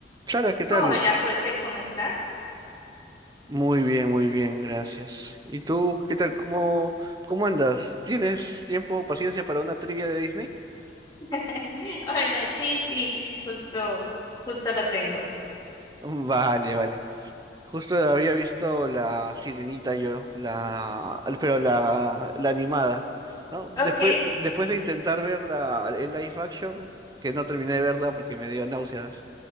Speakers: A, on the right; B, on the left.
A: Chara, ¿qué tal?
B: Hola José, ¿cómo estás?
A: Muy bien, muy bien, gracias. ¿Y tú, qué tal? ¿Cómo, cómo andas? ¿Tienes tiempo, paciencia para una trivia de Disney? <laughs>
B: <laughs> Hola, sí, sí, justo, justo lo tengo.
A: Mm, Vale, vale. Justo había visto la Sirenita yo, la, pero la, la animada, ¿no? Después,
B: Ok,
A: después de intentar ver la, el live action, que no terminé de verla porque me dio náuseas,